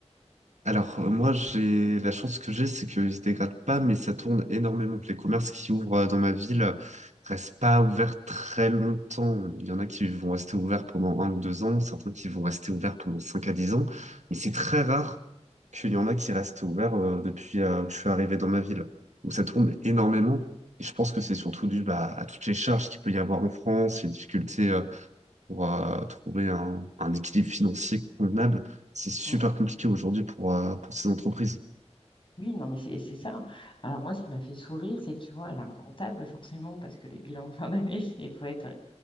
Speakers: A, on the right (about 80°); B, on the left (about 45°).
A: Alors, euh, moi, j'ai la chance que j'ai, c'est qu'ils ne se dégradent pas, mais ça tourne énormément. Les commerces qui ouvrent euh, dans ma ville euh, restent pas ouverts très longtemps. Il y en a qui vont rester ouverts pendant un ou deux ans, certains qui vont rester ouverts pendant cinq à dix ans, mais c'est très rare qu'il y en a qui restent ouverts euh, depuis euh, que je suis arrivé dans ma ville. Donc, ça tourne énormément. Et je pense que c'est surtout dû bah, à toutes les charges qu'il peut y avoir en France, les difficultés euh, pour euh, trouver un, un équilibre financier convenable, c'est super
B: Mm.
A: compliqué aujourd'hui pour, euh, pour ces entreprises.
B: Oui, non, mais c'est c'est ça. hein. Alors moi, ce qui m'a fait sourire, c'est que tu vois, elle a un comptable forcément, parce que les bilans de fin d'année, <laughs> il faut être,